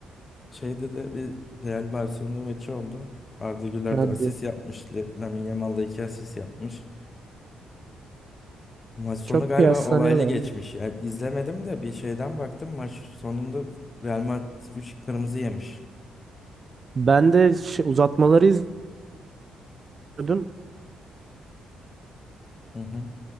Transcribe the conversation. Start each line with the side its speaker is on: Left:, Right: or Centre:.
Left: şeyde de bir Real Barcelona maçı oldu. Arda Güler
Right: Hadi.
Left: de asist yapmış. Le- Lamine Yamal da iki asist yapmış. Maç sonu
Right: Çok
Left: galiba
Right: kıyaslanıyorlar
Left: olaylı geçmiş.
Right: ama.
Left: Yani izlemedim de bir şeyden baktım. Maç sonunda Real Madrid 3 kırmızı yemiş.
Right: Ben de şi- uzatmaları izliyordum.
Left: Hı hı